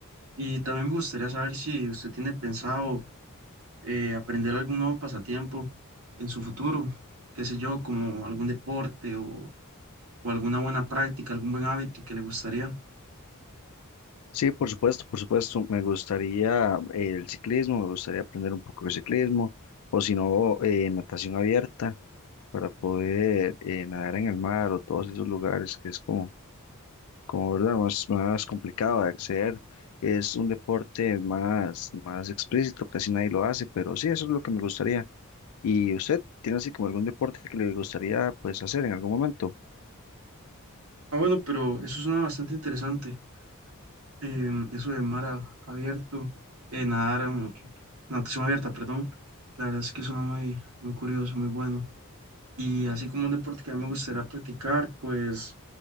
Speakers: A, on the right (about 80°); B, on the left (about 75°).
A: Y también me gustaría saber si usted tiene pensado eh, aprender algún nuevo pasatiempo en su futuro, qué sé yo, como algún deporte o, o alguna buena práctica, algún buen hábito que le gustaría.
B: Sí, por supuesto, por supuesto. Me gustaría eh, el ciclismo, me gustaría aprender un poco de ciclismo, o si no, eh, natación abierta. para poder eh, nadar en el mar o todos esos lugares que es como, como verdad, más, más complicado de acceder. Es un deporte más, más explícito, casi nadie lo hace, pero sí, eso es lo que me gustaría. ¿Y usted tiene así como algún deporte que le gustaría pues hacer en algún momento?
A: Ah, bueno, pero eso suena bastante interesante. em, eso de mar a- abierto, eh, nadar, em, natación abierta, perdón, la verdad es que suena muy, muy curioso, muy bueno. Y así como un deporte que a mí me gustaría practicar, pues